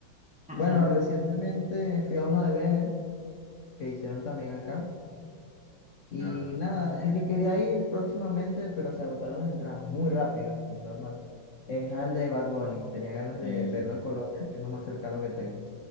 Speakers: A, in the centre; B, on the left.
A: <clears throat>
B: Bueno, recientemente fui a uno de Vélez, que hicieron también acá. Y
A: No,
B: nada, el que quería ir próximamente, pero se agotaron las entradas muy rápido, que es normal, es al de Bad Bunny. Tenía ganas
A: sí,
B: de verlo en Colombia, que es lo más cercano que tengo.